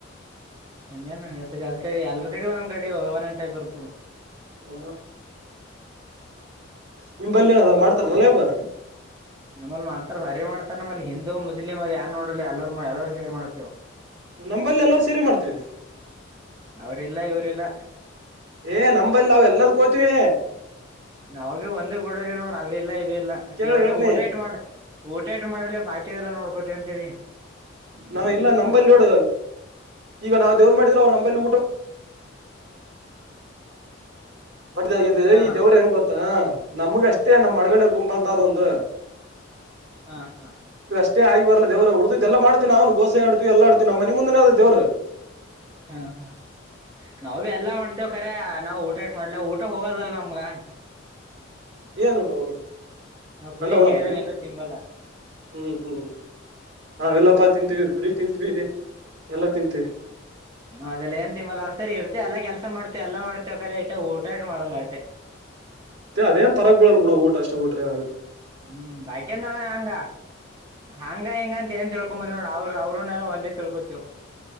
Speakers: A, on the right; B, on the right.
A: ಹಂಗೆನು ಎತ್ತ ಅದ ಕಡೆ ಎಲ್ಲಗಡೆ ಒಂದು ಕಡೆಡಿ ಒನ್ ಎ ಟೈಪ್ ಇರುತು
B: ಹ್ಮ ನಿಮ್ಮ್ ಬಲ್ಲಿನ ಮಾಡ್ತಾರನಲ್ಲ ಅಲಿದ್
A: ನಮ್ಮಲ್ ಮಾಡ್ತಾರ ಭರಿ ಮಾಡ್ತಾರ ನಮ್ಮಲ್ಲಿ ಹಿಂದೂ ಮುಸ್ಲಿಮ ಅದ ಯಾರನ್ ನೋಡಲಿ ಎಲ್ಲ ಎಲ್ಲರ್ ಸೇರ್ ಮಾಡ್ತೇವ
B: ನಂಬಲ್ಲಿ ಎಲ್ಲರೂ ಸೇರಿ ಮಾಡ್ತೀವಿ
A: ಅವ್ರಿಲ್ಲ ಇವ್ರಿಲ್ಲ
B: ಏ ನಂಬಂಬಲ್ಲಿ ನ ಎಲ್ಲದ ಕೋತೀವಿ
A: ನಾವವು ಭಿ ಒಂದ ಬಿಡದವಿ ನೋಡ ಅದ ಇಲ್ಲ ಇ ಇಲ್ಲ
B: ಕೇಳ
A: ಹೊಟ
B: ಹೇಳ್ತನಿ
A: ಊಟಾಟ ಮಾಡ ಊಟಾಟ ಮಾಡ ಬಾಕ ನೋಡ್ಕೋತೀವಿ ಅಂತ ಹೇಳಿ
B: ನಾವ್ ಇಲ್ಲ ನಂಬಲಿನೊಡ್ಡ ಈಗ ನಾವು ದೇವ್ ಮಾಡಿದ್ರರು ಅವ್ರು ನಂಬಲ್ಲಿ ಊಟ ಪಟ್ಟಿದಗಿದ್ದ
A: ಹಾ
B: ಈ ದೇವ್ರ ಹೆಂಗ್ ಗೊತ್ತ ನಮ್ಗ ಅಷ್ಟೇ ನಮ್ ಮಡಗಣ್ರ ಗುಂಪಾ ಅಂತ ಅದೊಂದು
A: ಹಾ ಹಾ
B: ಅಷ್ಟ ಆಗಿ ಬಲ್ಲ ದವರ ಉಡ್ದುಲ್ಲಾ ಮಾಡತೀವಿ ನ್ನು ಬೋಸೆ ಆಡ್ತಿವಿ ಎಲ್ಲಾಡ್ತೀ ನಮ್ಮ ಮನೆ ಮುಂದೆ ಆದ ದೇವರು
A: ಹಾ ಹಾ ನಾವ ಭ ಎಲ್ಲ ಮಾಡ್ತ ತೇವ ಖರೆ ನಾವ್ ಊಟ ಇಟ್ ಮಾಡ್ಲ ಊಟ ಹೋಗದಲ್ಲ ನಮ್ಗ
B: ಏನ್ ಟು ಹೋಗ
A: ನಾವ್
B: ಕಂಡ
A: ಕುರಿ
B: ಉಣಲ್ಲ
A: ಗಿರಿ ಅದನ್
B: ನೀವು
A: ಏನು ತಿಂಬಲ್ಲ
B: ಹ್ಮ್ ಹ್ಮ್ ಹಾ ವಿಲ್ಲಪ್ಪ ತಿಂತೀವಿ ಕುರಿ ತಿಂತೀವಿ ಎಲ್ಲಾ ತಿಂತೀವಿ
A: ನಾ ಅದೆಲ್ಲ ಏನ್ ತಿಮ್ಮಲ್ಲ ಆ ಸರಿ ಇರುತ್ತ ಅಲ್ಲಾ ಕೆಲ್ಸ ಸ ಮಾಡ್ತೇವಿ ಎಲ್ಲ ಮಾಡ್ತೇವಿಖಾರೆ ಇಟ ಊಟಾಟ ಮಾಡಲ್ಲ ಅಟೆ
B: ಅದೇನ್ ಪರಗ್ ಬಿಳಲ್ ಬಿಡ ಊಟ ಅಷ್ಟ ಊಟ ಏನ ಆುತ್ತೆ
A: ಹ್ಮ್ ಬಾಕಂದ ನಾವ ಹಂಗ ಹಂಗ ಹಿಂಗ ಅಂತ ಏನ್ ತಿಳ್ಕೊಂಬಲ್ ನೋಡ ಅವ್ರರು ಅವ್ರನ್ನೆಲ್ಲ ಒಂದೇ ತಿಳ್ಕೊತೇವು